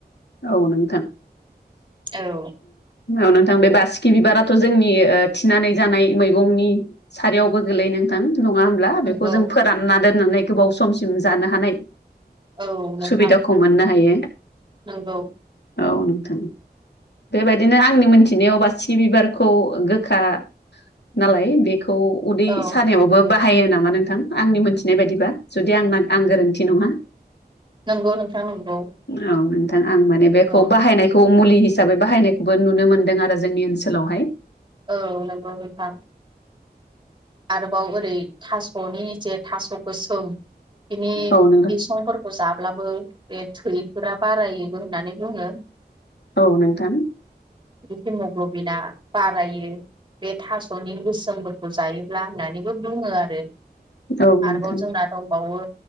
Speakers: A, on the left; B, on the right.
A: औ नोंथां
B: औ
A: औ नोंथां बे बासि बि बिबाराथ' जोंनि ओ थिनानै जानाय मैगंनि सारियावबो गोलैयो नोंथां नङा होमब्ला
B: नंगौ
A: बेखौ जों फोरानना दोननानै गोबाव समसिम जानो हानाय
B: औ नोंथां
A: सुबिदाखौ मोननो हायो।
B: नंगौ।
A: औ नोंथां। बेबायदिनो आंनि मोनथिनायाव बासिखि बिबारखौ गोखा नालाय बेखौ उदै
B: औ
A: सानायावबो बा बाहायो नामा नोंथां आंनि मोनथिनाय बायदिबा जुदि आंना आं गोरोन्थि नङा?
B: नंगौ नोंथां नंगौ।
A: औ नोंथां आं माने बेखौ
B: औ
A: बाहायनायखौ मुलि हिसाबै बाहायनायखौबो नुनो मोनदों आरो जोंनि ओनसोलावहाय।
B: औ नंगौ नोंथां। आरोबाव ओरै थास'नि जे थास' गोसोम बिनि
A: औ नोंथां
B: बिसंफोरखौ जाब्लाबो बे थैफोरा बारायोबो होननानै बुङो।
A: औ नोंथां।
B: हिमग्ल'बिना बारायो बे थास'नि गोसोमफोरखौ जायो होनब्ला होननानैबो बुङो आरो
A: औ नोंथां
B: आरोबाव जोंना दंबावो